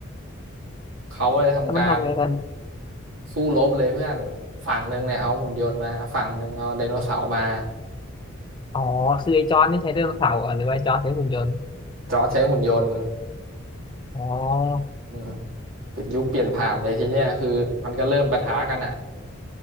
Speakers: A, on the right; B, on the left.
A: เขาก็เลยทำการ
B: แล้วมันทำไงกัน
A: สู้รบเลยเพื่อนฝั่งหนึ่งเนี่ยเอาหุ่นยนต์มาฝั่งหนึ่งเอาไดโนเสาร์มา
B: อ๋อคือไอ้จอร์จนี่ใช้ไดโนเสาร์ะหรอหรือว่าไอ้จอร์จใช้หุ่นยนต์
A: จอร์จใช้หุ่นยนต์
B: อ๋อ
A: อืมเป็นยุคเปลี่ยนผ่านเลยทีเนี้ยคือมันก็เริ่มปะทะกันอะ